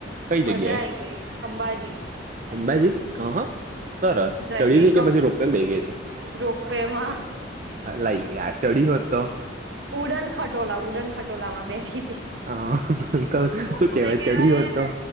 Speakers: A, on the right (about 40°); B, on the right (about 70°).
A: કઈ જગ્યાએ
B: મજા આઈ ગઈ અંબાજી મજા
A: અંબાજી હ હા સરસ ચડી
B: આઈગઈ
A: હતી
B: ગમ,
A: કે પછી રોપવેમાં બેઈ ગઈ હતી
B: રોપવેમાં
A: <unintelligible> હોત તો
B: ઉડન ખટોલા ઉડન ખટોલા માં બેઠી હતી.
A: હ તો
B: રોપવે
A: શું કેવાય ચડ્યો
B: કેવાયે
A: હતો
B: ને